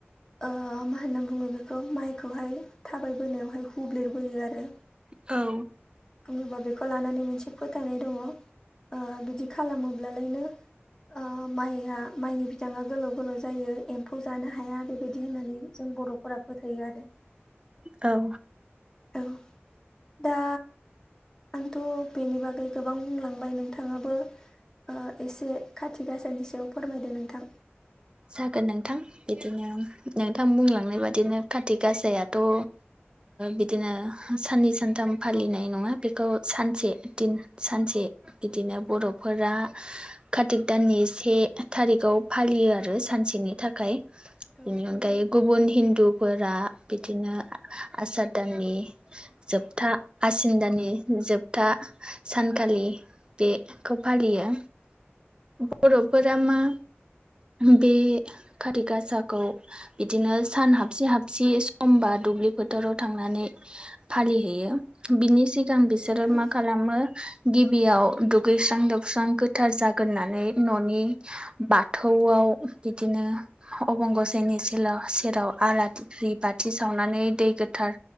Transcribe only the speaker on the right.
औ
औ
जागोन नोंथां। इदिनो नोंथां बुंलांनाय बादिनो काथि गासायाथ' ओ बिदिनो साननै सानथाम फालिनाय नङा बेखौ सानसे दिन सानसे बिदिनो बर'फोरा काथिक दाननि से थारिखाव फालियो आर रो सानसेनि थाखाय
बेनि अनगायै
गुबुन हिन्दुफोरा बिदिनो आ-आसार दाननि जोबथा आसिन दाननि जोब दा सानखालि बेखौ फालियो। बर'फोरा मा बे काति गासाखौ बिदिनो सान हाबसे हाबसे समबा दुब्लि फोथाराव थांनानै फालिहैयो बिनि सिगां
बिसोरो
मा खालामो गिबियाव दुगैस्रां लोबस्रां गोथार जागोननानै न'नि बाथौ गआव बिदिनो अबंगसेनि सेराव आला दिफ्रि बाथि सावनानै दै गो फथार